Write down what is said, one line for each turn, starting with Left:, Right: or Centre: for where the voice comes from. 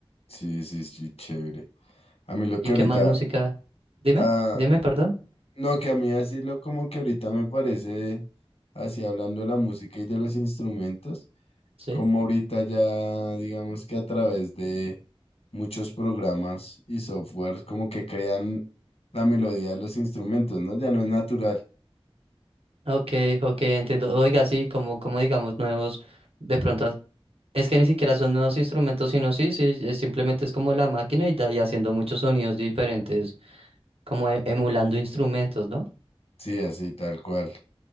Left: Sí, sí, sí, chévere. A mí lo
Right: ¿Y
Left: que
Right: qué
Left: ahorita,
Right: más música? Dime,
Left: ah,
Right: dime, perdón.
Left: No, que a mí decirlo como que ahorita me parece, así hablando de la música y de los instrumentos,
Right: Sí.
Left: como ahorita ya digamos que a través de muchos programas y softwares como que crean la melodía de los instrumentos, ¿no? Ya no es natural.
Right: Ok, ok, entiendo. Oiga, sí, como, como digamos, nuevos, de pronto, es que ni siquiera son nuevos instrumentos, sino sí, sí, es simplemente es como la máquina y, da- y haciendo muchos sonidos diferentes, como e- emulando instrumentos, ¿no?
Left: Sí, así, tal cual.